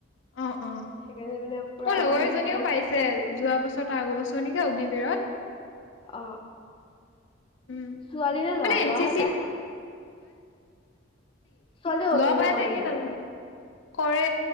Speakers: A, on the left; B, on the left.
A: অ অ
B: সেইকাৰণে মানে পুৰা
A: মোৰ লগৰ
B: আহি
A: এজনীও
B: থাকে
A: পাইছে যোৱা বছৰ তাৰ আগৰ বছৰ নেকি অগ্নিবিৰত
B: অ
A: উম
B: ছোৱালী নে লৰা
A: মানে এন
B: লৰাহে
A: চি
B: পায় ছোৱালীয়ে অগ্নিবিৰ
A: লৰা পাই নে
B: কৰে
A: কি
B: নেকি?
A: নাজানো কৰে